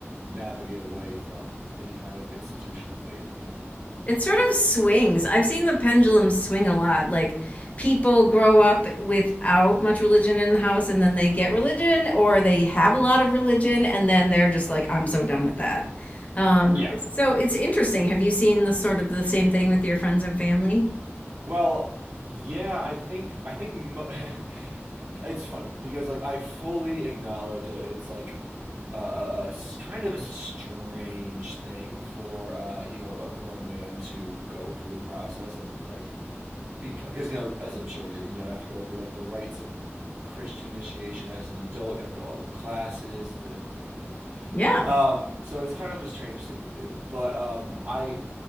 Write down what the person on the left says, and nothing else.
It sort of swings. I've seen the pendulum swing a lot. Like people grow up without much religion in the house and then they get religion or they have a lot of religion and then they're just like, I'm so done with that. Um,
so it's interesting. Have you seen the sort of the same thing with your friends and family?
Yeah,